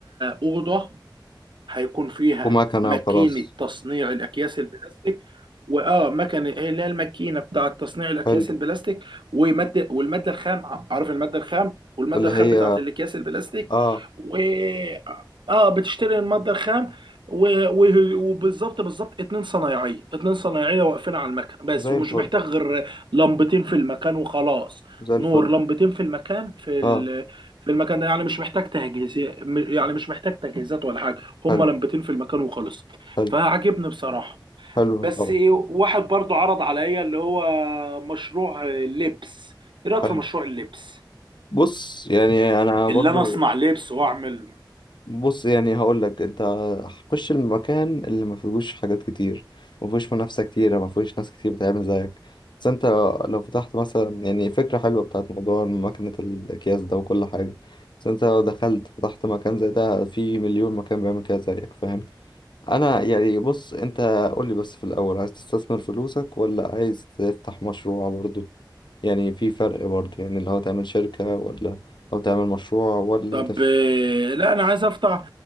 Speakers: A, on the right; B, on the left.
A: اوضه هيكون فيها
B: ومكنة
A: ماكينة
B: وخلاص
A: تصنيع الأكياس البلاستيك وآه مكنة هي اللي هي الماكينة بتاعة تصنيع الأكياس
B: حلو
A: البلاستيك ومادة والمادة الخام ع- عارف المادة الخام والمادة
B: اللي
A: الخام
B: هي
A: بتاعة الأكياس البلاستيك
B: اه
A: و آه آه، بتشتري المادة الخام و... و... وبالظبط بالظبط اتنين صنايعية اتنين صنايعية واقفين على المكن بس
B: زي
A: ومش
B: الفل
A: محتاج غير لمبتين في المكان وخلاص
B: زي الفل
A: نور لمبتين في المكان في ال...
B: اه
A: في المكان ده يعني مش محتاج تجهيز يعني مش محتاج تجهيزات ولا حاجة هما
B: حلو
A: لمبتين في المكان وخلص
B: حلو
A: فعجبني بصراحة
B: حلو
A: بس
B: طبعا
A: واحد برضو عرض عليا اللي هو مشروع لبس ايه رأيك
B: حلو
A: في مشروع اللبس
B: بص يعني انا برضو
A: اللي انا اصنع لبس واعمل
B: بص يعني هقول لك انت خش المكان اللي ما فيهوش حاجات كتير ما فيهوش منافسه كتير ما فيهوش ناس كتير بتعمل زيك بس انت لو فتحت مثلا يعني فكره حلوه بتاعت موضوع ماكينه الاكياس ده وكل حاجه بس انت لو دخلت فتحت مكان زي ده في مليون مكان بيعمل كده زيك فاهم انا يعني بص انت قول لي بس في الاول عايز تستثمر فلوسك ولا عايز تفتح مشروع برضو يعني في فرق برضو يعني اللي هو تعمل شركه ولا لو تعمل مشروع ولا
A: طب آه، لا انا عايز افتح